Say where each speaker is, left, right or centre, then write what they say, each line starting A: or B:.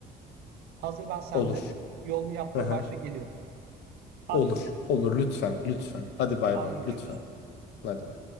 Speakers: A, on the right; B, on the left.
A: Hazırlan sen
B: Olur.
A: de. Yolunu yapmaya
B: Hı hı.
A: başla geliyorum. Hadi
B: Olur.
A: görüşürüz.
B: Olur lütfen. Lütfen. Hadi bay
A: Hadi
B: bay.
A: görüşürüz.
B: Lütfen. Hadi bay.